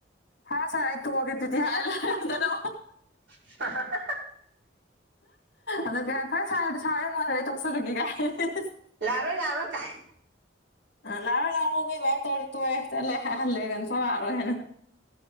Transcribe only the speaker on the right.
<unintelligible>
ꯂꯥꯛꯑꯔꯣꯏ ꯂꯥꯛꯑꯔꯣꯏ ꯀꯥꯏ